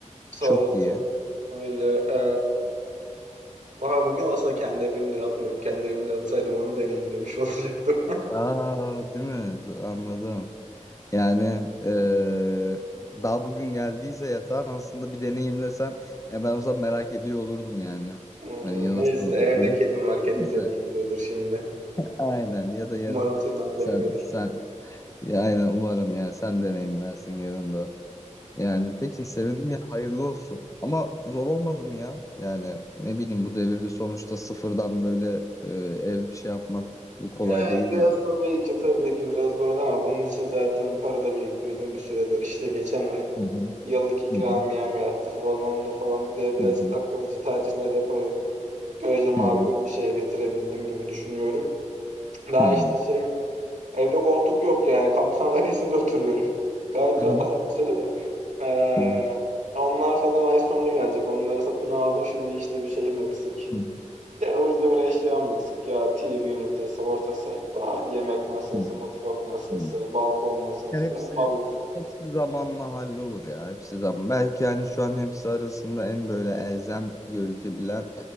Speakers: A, on the right; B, on the left.
A: sağ
B: Çok
A: olsun
B: iyi.
A: öyle ee, aha bugün aslında kendi evimde yatmıyorum kendi evimde yatsaydım onu deneyimlemiş <laughs> olacaktım
B: Aa, değil mi? D- Anladım. Yani eee, daha bugün geldiyse yatağın aslında bir deneyimlesen ya ben o zaman merak ediyor olurdum yani.
A: Vallahi.
B: Hani ya
A: Neyse
B: nasıl oldu
A: evde
B: diye.
A: kedim var kedim
B: Neyse.
A: deneyimliyordur şimdi
B: Aynen ya da yarın
A: umarım tırnaklamıyordur
B: sen sen ya aynen umarım yani sen deneyimlersin yarın da. Yani peki sevindim ya hayırlı olsun. Ama zor olmadı mı ya? Yani ne bileyim bu devirde sonuçta sıfırdan böyle eee, ev şey yapmak kolay
A: Yani
B: değil
A: biraz
B: yani.
A: tabii ki tabii ki biraz zordu ama bunun için zaten para da biriktiriyordum bir süredir. İşte geçen ay
B: Hı hı.
A: yıllık ikramiyem
B: Hı hı.
A: yattı falan onunla falan bir de birazcık
B: Hı hı.
A: akıllıcı tercihler yaparak görece makul
B: Hı hı.
A: bir şey getirebildim gibi düşünüyorum. Daha
B: Hı.
A: işte şeyim evde koltuk yok yani kamp sandalyesinde <laughs> oturuyorum. Gayet
B: Hı
A: rahat
B: hı.
A: ayrı mesele de. Ee,
B: Hı hı.
A: onlar falan ay sonuna gelecek. Onları satın aldım. Şimdi işte bir şeyim eksik.
B: Hı hı.
A: Ya burada bir eşyam eksik ya. TV ünitesi, orta sehpa, yemek masası,
B: Hı
A: mutfak masası,
B: hı.
A: balkon masası,
B: Ya hepsi
A: halı.
B: hepsi zamanla hallolur ya. Hepsi zaman. Belki yani şu an hepsi arasında en böyle elzem gözükebilen